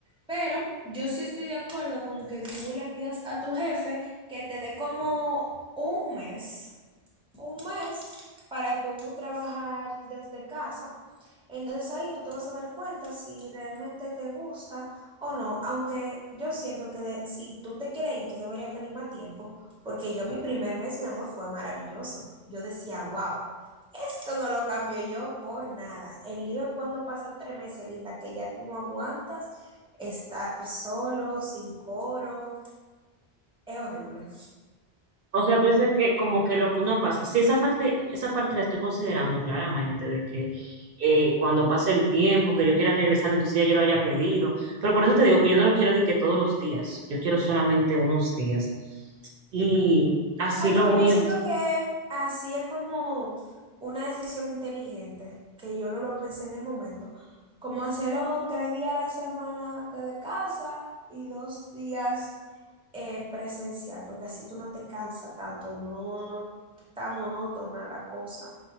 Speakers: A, in the centre; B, on the right (about 65°).
A: Pero yo sí estoy de acuerdo con que tú le pidas a tu jefe que te dé como un mes un mes para tú trabajar desde casa. Entonces ahí tú te vas a dar cuenta si realmente te gusta o no, aunque yo siento que de- si tú te quieres ir, tú deberías pedir más tiempo, porque yo mi primer mes, mi amor, fue maravilloso. Yo decía, wow, esto no lo cambio yo por nada. El lío es cuando pasan tres meses, linda, que ya tú no aguantas estar solo, sin coro, es horrible.
B: O sea, tú dices que como que lo que uno pasa, sí, esa parte, esa parte la estoy considerando claramente, de que eh, cuando pase el tiempo, que yo quiera regresar, entonces ya yo lo haya pedido, pero por eso te digo que yo no lo quiero de que todos los días, yo quiero solamente unos días. Y así
A: Ah,
B: lo
A: tú ves,
B: voy
A: yo siento
B: a,
A: que así es como una decisión inteligente, que yo no lo pensé en el momento. Como hacerlo tres días a la semana desde casa y dos días eh, presencial, porque así tú no te cansas tanto, no, no está monótona la cosa.